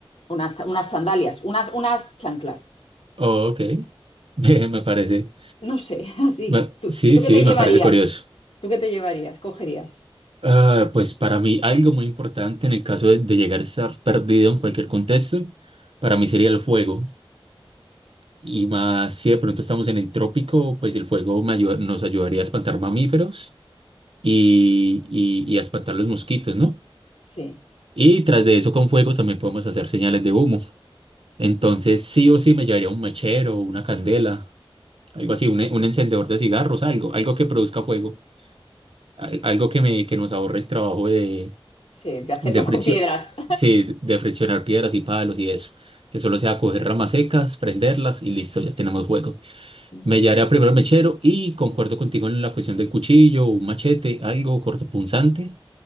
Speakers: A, on the left (about 75°); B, on the right (about 65°).
A: unas, unas sandalias, unas, unas chanclas.
B: Oh, ok, <laughs> me parece,
A: No sé, <laughs> así.
B: me-
A: ¿Tú,
B: sí,
A: tú
B: sí,
A: qué te llevarías?
B: me parece curioso.
A: ¿Tú qué te llevarías? ¿Cogerías?
B: Ah, pues para mí algo muy importante en el caso de, de llegar a estar perdido en cualquier contexto, para mí sería el fuego. Y más si de pronto estamos en el trópico, pues el fuego me ayuda- nos ayudaría a espantar mamíferos y, y, y a espantar los mosquitos, ¿no?
A: Sí,
B: Y tras de eso con fuego también podemos hacer señales de humo.
A: sí,
B: Entonces sí o sí me llevaría un mechero, una candela, algo así, un, un encendedor de cigarros, algo, algo que produzca fuego. al- algo que, me, que nos ahorre el trabajo de,
A: sí, de hacerlo
B: de fricción,
A: con piedras.
B: sí, de friccionar piedras y palos y eso. Que solo sea coger ramas secas, prenderlas y listo, ya tenemos juego.
A: <laughs>
B: Me llevaré primero al mechero y concuerdo contigo en la cuestión del cuchillo, un machete, algo cortopunzante